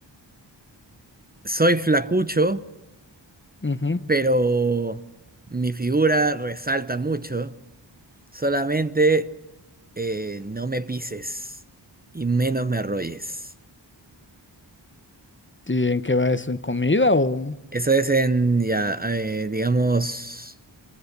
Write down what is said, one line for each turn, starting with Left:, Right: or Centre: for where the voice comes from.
Right: soy flacucho,
Left: ujú.
Right: pero mi figura resalta mucho. Solamente eh, no me pises y menos me arrolles.
Left: ¿Y en qué va eso? ¿En comida o
Right: Eso es en, ya, eh, digamos...